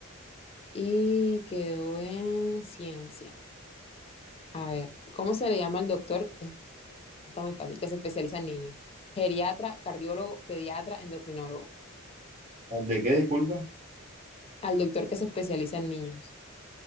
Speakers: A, on the left (about 25°); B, on the right (about 30°).
A: y quedó en ciencia. A ver, ¿cómo se le llama al doctor? Es- Está muy fácil, que se especializa en niños. Geriatra, cardiólogo, pediatra, endocrinólogo.
B: ¿Al de qué, disculpa?
A: Al doctor que se especializa en niños.